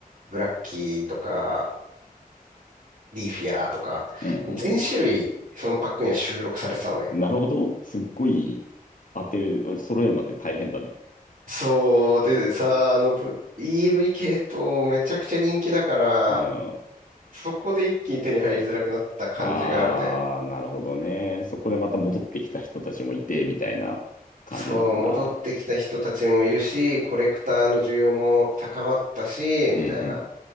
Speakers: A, on the right; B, on the left.
A: ブラッキーとか、リーフィアーとか、
B: うんうん
A: 全種類そのパックには収録されてたのね。
B: うん。なるほど。すっごい当てる、揃えるまで大変だね。
A: そう、でさ、あの、ぶ EV 系統めちゃくちゃ人気だから、
B: うん。
A: そこで一気に手に入りづらくなった感じがあるね。
B: あー、なるほどね。そこでまた戻ってきた人たちもいて、みたいな感じなのかな。
A: そう、戻ってきた人たちもいるし、コレクターの需要も高まったし、みたいな。
B: うんうん。